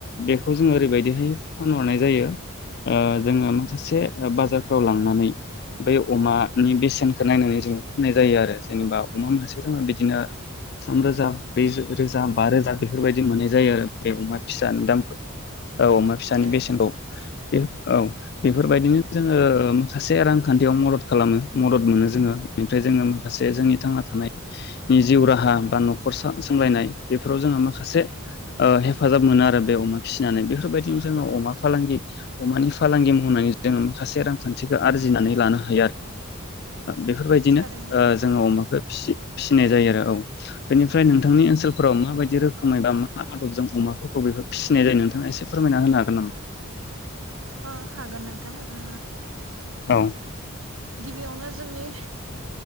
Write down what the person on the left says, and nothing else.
बेखौ जो ओरैबायदिहाय फानरनाय। जायो ओ जोङो माखासे बाजारफ्राव लांनानै बै अमानि बेसेनखौ नायनानै जोङो फाननाय जायो आरो जेनेबा अमा मासेयाव जोङो बिदिनो थाम रोजा ब्रै रोजा बा रोजा बेफोरबायदि मोननाय जायो आरो बे अमा फिसानि दाम। औ अमा फिसानि
बेसेनखौ।
बे औ बेफोरबायदिनो जोङो माखासे रांखान्थियाव मदद खालामो मदद मोनो जोङो बेनिफ्राय जोङो माखासे जोंनि थांना थानायनि जिउ राहा बा न'खर सामलायनाय बेफोराव जोङो माखासे हेफाजाब मोनो आरो बे अमा फिसिनानै बेफोरबायदिनो जोङो अमा। फालांगि अमानि फालांगि मावनानै जोङो माखासे रांखान्थिखौ आरजिनानै लानो हायो आरो। बेफोरबायदिनो
जोङो अमाखौ फिसि फिसिनाय जायो आरो औ बेनिफ्राय नोंथांनि ओनसोलफोराव माबायदि रोखोमै बा मा आदबजों अमाफोरखौ बे फिसिनाय जायो नोंथाङा एसे फोरमायना होनो हागोन नामा।
औ